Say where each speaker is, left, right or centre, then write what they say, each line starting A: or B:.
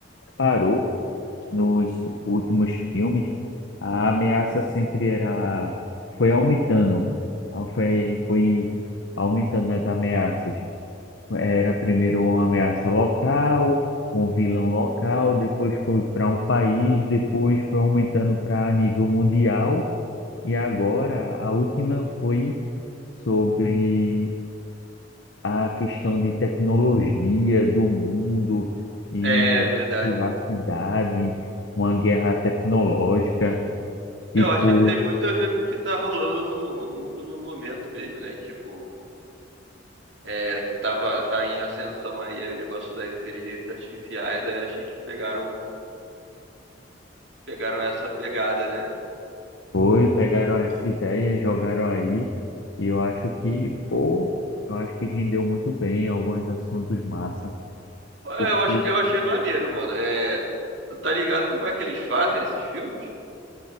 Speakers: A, on the left (about 80°); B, on the right (about 75°).
A: parou nos últimos filmes, a ameaça sempre era foi aumentando, Ah, foi foi aumentando as ameaças. Era primeiro uma ameaça local, um vilão local, depois foi para um país, depois foi aumentando para nível mundial. E agora, a última foi sobre a questão de tecnologia do mundo e
B: É
A: a
B: verdade.
A: privacidade, uma guerra tecnológica. Tipo,
B: Eu acho que tem muito a ver com o que tá rolando no, no mundo no momento mesmo, né? Tipo, é, que tava, tá em ascensão aí o negócio das inteligências artificiais, aí acho que pegaram, pegaram essa pegada, né?
A: foi, pegaram essa ideia, jogaram aí, e eu acho que, pô, eu acho que rendeu muito bem alguns assuntos massa,
B: Pô, Eu
A: porque
B: achei, eu achei maneiro, mano. É, tu tá ligado como é que eles fazem esses filmes?